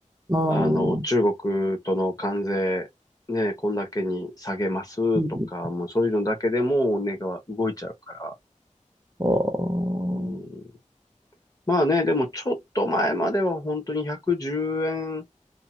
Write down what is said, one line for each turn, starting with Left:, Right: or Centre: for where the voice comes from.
Right: あ、う
Left: あの、中国との関税、ね、こんだけに下げますとか、
Right: ん、
Left: もうそういうのだけでも値が動いちゃうから。
Right: こ
Left: うんまあね、でもちょっと前までは本当に110円前